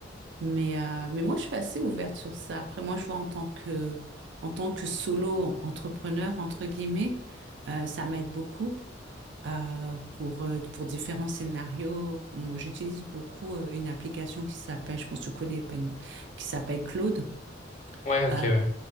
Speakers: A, on the right (about 65°); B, on the left (about 40°).
A: Mais, euh, mais moi, je suis assez ouverte sur ça. Après, moi, je vois en tant que, en tant que solo entrepreneur, entre guillemets, euh, ça m'aide beaucoup euh, pour, euh, pour différents scénarios. Moi, j'utilise beaucoup euh, une application qui s'appelle, je pense que tu connais, pas une- qui s'appelle Claude.
B: Ouais, ok,
A: Euh,
B: ouais.